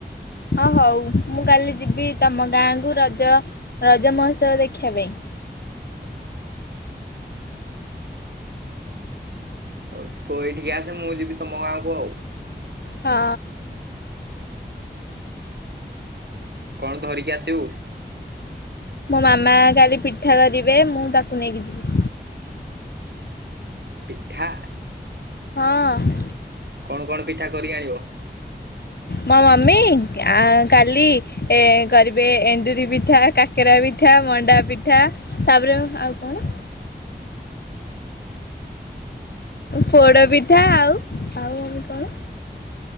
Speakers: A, on the left; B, on the right.
A: ହ ହଉ ମୁଁ କାଲି ଯିବି ତମ ଗାଁକୁ ରଜ ରଜ ମହୋତ୍ସବ ଦେଖିବା ପାଇଁ।
B: ହଉ ତୁ ଏଇଠିକି ଆସେ ମୁଁ ଯିବି ତମ ଗାଁ କୁ ଆଉ।
A: ହଁ।
B: କଣ ଧରିକି ଆସିବୁ?
A: ମୋ ମାମା କାଲି ପିଠା ଧରିବେ ମୁଁ ତାକୁ ନେଇକି ଯିବି।
B: ପିଠା।
A: ହଁ।
B: କଣ କଣ ପିଠା କରିକି ଆଣିବ।
A: ମୋ ମମି କାଲି ଏ କରିବେ ଏଣ୍ଡୁରି ପିଠା କା କାକେରା ପିଠା ମଣ୍ଡା ପିଠା ତାପରେ ଆଉ କଣ? ପୋଡ ପିଠା ଆଉ ଆଉ ମମି କଣ?